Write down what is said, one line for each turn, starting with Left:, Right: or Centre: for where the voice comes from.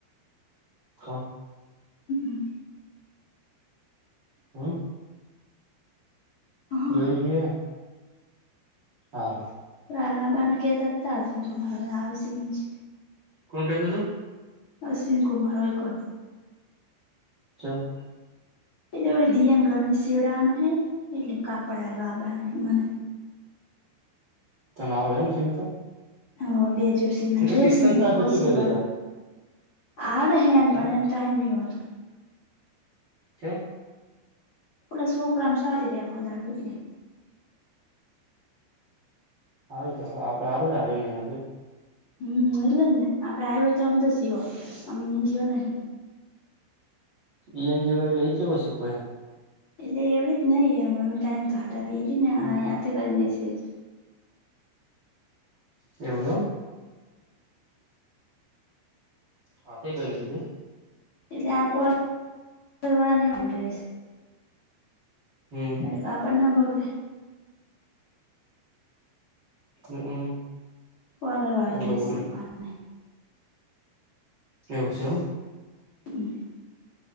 Right: કણ
Left: હમ્મ
Right: હમ્મ
Left: હા
Right: જોઈ લઈએ હા
Left: આ લાબાના ક્યાતતા સિંકુમાર આવે શ
Right: કોણ કેહેતોું તુ
Left: અશ્વિન કુમાર હોય કો
Right: ચા
Left: એટલે એ દિન ગણવી શડાવા ન હે એટલે કાપડ લ આબ નહ મને
Right: તને આવડે એમ જવી તો
Left: હ બે દિવસીન ડ્રેસ
Right: શીખતા
Left: ને લેકોછી
Right: જ તું શું કર્યું
Left: બન આવડે હન
Right: તા
Left: પણ
Right: હ
Left: એને ટાઈમ નહી હોતો
Right: છ.
Left: પલા શો ગ્રામ શધ રહ આખોદારુ એટલે
Right: હારુ ચાલ આપડ સારુ જ આવ્યુ ને એના ભ
Left: હમ એ લને આ પ્રાય હોય તો અમમે તો સ અમ જી નાહી
Right: એ એન જે વ લઈચ બસ કો એમ
Left: એટલે એવડ જ નહ એમ અમે ટાઈમ કાઢા એ ન
Right: હમ્મ
Left: જાથે કરીને છે.
Right: એવું એમ હા તે કઈને કીધુ
Left: એટલે આ કો વાળા ની વા ર
Right: હમ
Left: બરે કા પણ ના બગડ
Right: હ હમ
Left: કોલર વાળા
Right: બગડ
Left: ડ્રેસ
Right: બગડ
Left: સીવવાના
Right: એવુ છે, એમ
Left: હમ્મ